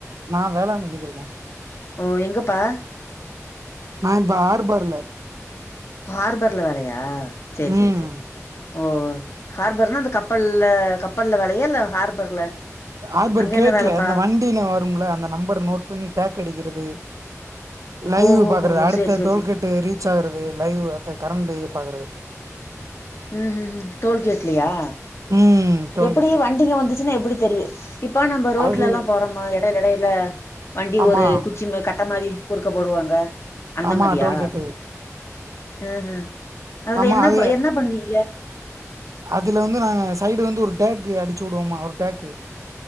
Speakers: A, on the right (about 85°); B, on the left (about 55°).
A: நா வேளாங்கண்ணிக்கு இருக்கே
B: ஓ எங்கப்பா
A: நா இப்ப ஆர்பர்ல
B: ஆர்பர்ல வேலையா சேர்
A: ம்
B: சேர் சேரி ஓ ஹார்பர்லனா அந்த கப்பல்ல கப்பல்ல வேலையா இல்ல ஹார்பர்ல
A: ஆர்பர்
B: அங்க
A: கேட்ல
B: என்ன வேலப்பா
A: இந்த வண்டிக வரும்ல அந்த நம்பர நோட் பண்ணி டேக் அடிக்கிறது லைவ்
B: ஓஹோ
A: பாக்கறது
B: ஓஹோ
A: அடுத்த
B: சேரி சேரி
A: டுவெல்
B: சேரி
A: கேட்டு ரீச் ஆகுறது லைவ் அதா கரண்ட்டு பாக்கறது
B: ம் ம் ம் டோல் கேட்லயா
A: ம் டோல்கேட்ல
B: எப்டி வண்டிங்க வந்துச்சுன்னா எப்டி தெரியு இப்ப நம்ம ரோட்ல
A: அது
B: எல்லா போறோமா எடையில எடையில வண்டி
A: ஆமா
B: ஒரு குச்சி கட்ட மாரி குறுக்க போடுவாங்க அந்த
A: ஆமா
B: மாரியா
A: டோல்கேட்டு
B: ம் ம் அதுல
A: ஆமா
B: என்ன
A: அது
B: என்ன பண்ணுவீங்க
A: அதுல வந்து நாங்க சைடு வந்து ஒரு டேக்கு அடிச்சு விடுவோம்மா ஒரு டேக்கு